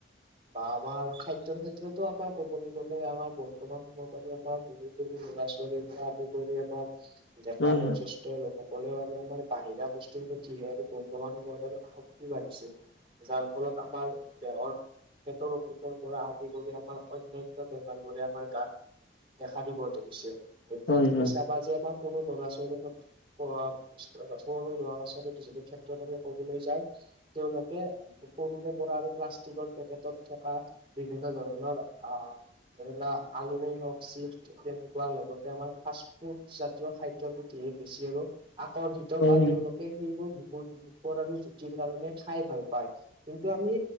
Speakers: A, on the right (about 30°); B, on the left (about 75°).
A: বা আমাৰ খাদ্যৰ ক্ষেত্ৰতো আমাৰ ক'বলৈ গ'লে আমাৰ বৰ্তমান সময়ত আমাৰ সৰু সৰু ল'ৰা ছোৱালী আদি কৰি আমাৰ ডেকা
B: হয়
A: বয়জেষ্ঠ লোকসকলেও আৰু আমাৰ বাহিৰা বস্তুৰ কিহে আৰু বৰ্তমান সময়ত আৰু আসক্তি বাঢ়িছে। যাৰ ফলত আমাৰ দেহৰ পেটৰ অসুখৰ পৰা আদি কৰি আমাৰ অন্যান্য বেমাৰবোৰে আমাৰ গাত দেখা দিব ধুৰিছে।
B: হয়
A: এতিয়া তুমি
B: হয়
A: চাবা যে আমাৰ সৰু ল'ৰা-ছোৱালীৰ <unintelligible> সৰু ল'ৰা-ছোৱালীক যদি ক্ষেত্ৰত ক'বলৈ যাওঁ তেওঁলোকে সৰুৰে পৰা আৰু প্লাষ্টিকৰ পেকেটত থকা বিভিন্ন ধৰণৰ আহ এইবিলাক আলুৰেই হওক চিপ তেনেকুৱা লগতে আমাৰ ফাষ্ট ফুড জাতীয় খাদ্যৰ প্ৰতিহে বেছি আৰু আকৰ্ষিত বা
B: হয় হয় হয়।
A: তেওঁলোকে সেইবোৰ মুখ মুখৰ আৰু জুতিৰ কাৰণে খাই ভাল পায়। কিন্তু আমি